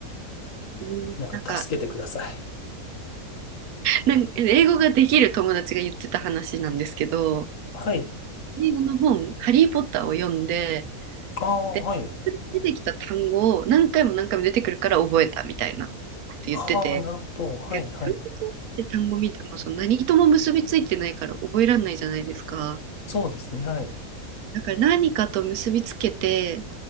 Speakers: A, on the right; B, on the left.
A: うん、
B: なんか助けてください。
A: なんか、なん英語ができる友達が言ってた話なんですけど、
B: はい。
A: 英語の本、ハリー・ポッターを読んで、
B: ああ、
A: で
B: はい。
A: 出てきた単語を何回も何回も出てくるから覚えたみたいなこと言ってて、
B: ああ、なるほど。はい、
A: で単語
B: はい。
A: って単語見てもその何とも結びついてないから覚えられないじゃないですか。
B: そうですね、はい。
A: だから何かと結びつけて